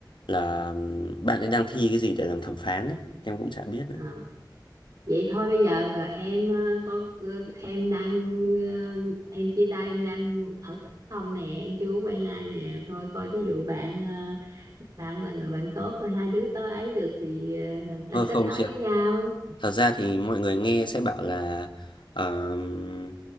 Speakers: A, on the left (about 85°); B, on the right (about 50°).
A: là bạn ấy đang thi cái gì để làm thẩm phán ấy em cũng chả biết nữa
B: Ờ. vậy thôi bây giờ à, em à, có à, em đang à, em chia tay em đang ở không nè em chưa có quen ai nè thôi coi ví dụ bạn à, bạn là người bạn tốt rồi hai đứa có ấy được thì à, làm ta
A: Ờ, không
B: kết nối
A: chị
B: với
A: ạ
B: nhau
A: thật ra thì mọi người nghe sẽ bảo là ờm,